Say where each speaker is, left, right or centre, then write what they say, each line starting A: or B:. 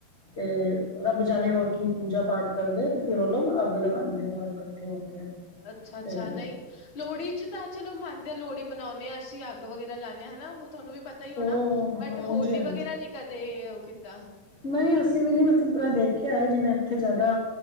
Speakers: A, on the left (about 25°); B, on the left (about 45°).
A: ਤੇ ਰੱਬ ਜਾਣੇ ਹੋਰ ਕੀ ਪੂਜਾ ਪਾਠ ਕਰਦੇ ਤੇ ਫਿਰ ਓਨੂੰ ਲੋਕ ਅੱਗ ਲਗਾਉਦੇਂ ਆ ਸਾਰੇ ਇਕੱਠੇ ਹੋ ਕੇ
B: ਅੱਛਾ! ਅੱਛਾ
A: ਤੇ
B: ਨਹੀਂ ਲੋਹੜੀ ਚ, ਤਾਂ ਚਲੋ ਮੰਨਦੇ ਆ ਲੋਹੜੀ ਮਨਾਉਦੇਂ ਹ ਅਸੀਂ ਅੱਗ ਵਗੈਰਾ ਲਾਉਦੇ ਹਾਂ ਹਨਾ ਉਹ ਤੁਹਾਨੂੰ ਵੀ ਪਤਾ ਹੀ ਹੋਣਾ,
A: ਉਹ
B: ਬਟ
A: ਹਾਂਜੀ
B: ਹੋਲੀ ਵਗੈਰਾ ਨੀ ਕਦੇ ਉਹ ਕੀਤਾ
A: ਨਹੀ, ਅਸੀਂ ਵੀ ਨੀ ਮਤਲਬ ਮੈਂ ਦੇਖਿਆ ਹੈ ।ਜਿਵੇਂ ਇੱਥੇ ਜ਼ਿਆਦਾ